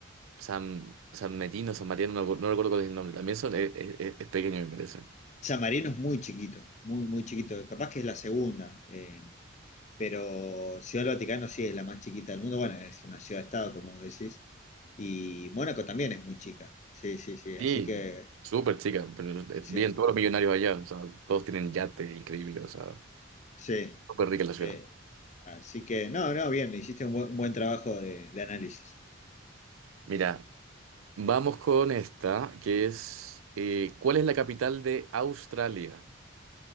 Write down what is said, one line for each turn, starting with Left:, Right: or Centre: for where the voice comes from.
Right: San, San Metino, San Mariano, no, no recuerdo cuál es el nombre. También son, es, es- es pequeño, me parece.
Left: San Marino es muy chiquito, muy, muy chiquito. Capaz que es la segunda, eh, pero Ciudad del Vaticano sí es la más chiquita del mundo. Bueno, es una ciudad-estado, como vos decís. Y Mónaco también es muy chica. Sí, sí, sí. Así
Right: Sí,
Left: que,
Right: súper chica, pero no, es
Left: sí,
Right: bien, todos los millonarios allá, o sea, todos tienen yates increíbles, o sea,
Left: sí.
Right: súper rica la ciudad.
Left: Eh, así que, no, no, bien, hiciste un buen, un buen trabajo de, de análisis.
Right: Mira, vamos con esta, que es, eh, ¿cuál es la capital de Australia?